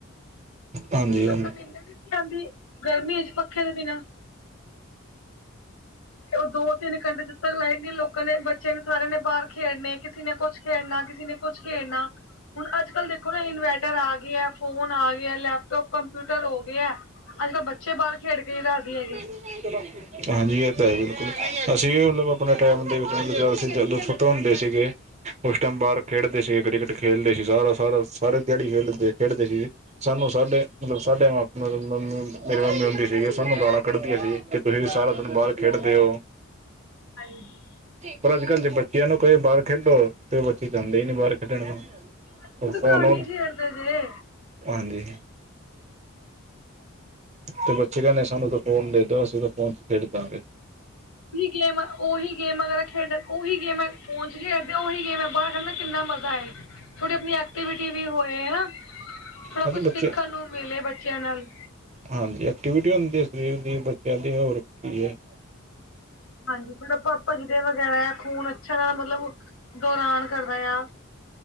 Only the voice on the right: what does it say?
ਹਾਂਜੀ
ਹਾਂਜੀ
<unintelligible> ਹਾਂਜੀ। ਇਹ ਤਾਂ ਹੈ, ਬਿਲਕੁਲ ਅਸੀਂ ਮਤਲਬ ਆਪਣੇ ਟਾਈਮ ਦੇ ਵਿੱਚ ਅਸੀਂ ਜਦੋਂ ਛੋਟੇ ਹੁੰਦੇ ਸੀਗੇ। ਉਸ ਟੈਮ ਬਾਹਰ ਖੇਡਦੇ ਸੀ, ਕ੍ਰਿਕਟ ਖੇਡਦੇ ਸੀ। ਸਾਰਾ-ਸਾਰਾ ਸਾਰੇ ਦਿਹਾੜੀ ਖੇਡਦੇ-ਖੇਡਦੇ ਸੀ ਸਾਨੂੰ ਸਾਡੇ ਮਤਲਬ ਸਾਡੇ ਮਾਪ ਮਤਲਬ ਮੰਮੀ ਮੇਰੀ ਮੰਮੀ ਹੁੰਦੀ, ਸੀਗੀ ਸਾਨੂੰ ਗਾਲ੍ਹਾ ਕੱਢਦੀ ਸੀ। ਕਿ ਤੁਸੀਂ
ਤੁਨ ਬਾਹਰ
ਖੇਡਦੇ ਹੋ।
ਪਰ ਅੱਜ ਕੱਲ ਜੇ ਬੱਚਿਆਂ ਨੂੰ ਕਹੇ ਬਾਹਰ ਖੇਡੋ, ਤੇ ਉਹ ਬੱਚੇ ਜਾਂਦੇ ਹੀ ਨੀ ਬਾਹਰ ਖੇਡਣ ਨੂੰ।
ਫੋਨ
ਹੁਨ
ਹਾਂਜੀ। ਤੇ ਬੱਚੇ ਕਹਿੰਦੇ ਸਾਨੂੰ ਤੇ ਫੋਨ ਦੇਦੋ, ਅਸੀਂ ਤਾਂ ਫੋਨ ਚ ਖੇਡ ਦਾਂਗੇ।
ਹਾਂਜੀ
ਬੱਚੇ
ਹਾਂਜੀ। ਐਕਟੀਵਿਟੀ ਹੁੰਦੀ ਹੈ, ਸਰੀਰ ਦੀ, ਬੱਚਿਆਂ ਦੀ ਹੋਰ ਕੀ ਹੈ।